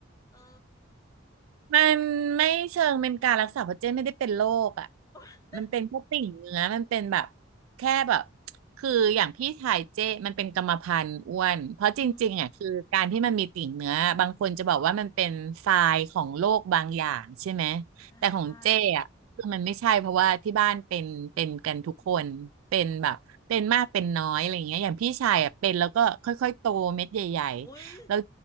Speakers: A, on the left; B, on the right.
A: เออ
B: มันไม่เชิงเป็นการรักษาเพราะเจ้ไม่ได้เป็นโรคอ่ะ
A: <laughs>
B: มันเป็นแค่ติ่งเนื้อมันเป็นแบบแค่แบบคืออย่างพี่ชายเจ้มันเป็นกรรมพันธุ์อ้วนเพราะจริงๆอ่ะคือการที่มันมีติ่งเนื้อบางคนจะบอกว่ามันเป็นทรายของโรคบางอย่างใช่ไหม
A: อืมใช่ใช่
B: แต่ของเจ้อ่ะคือมันไม่ใช่เพราะว่าที่บ้านเป็นเป็นกันทุกคนเป็นแบบเป็นมากเป็นน้อยอะไรอย่างเงี้ยอย่างพี่ชายอ่ะเป็นแล้วก็ค่อยๆโตเม็ดใหญ่ๆแล้ว
A: อุ๊ย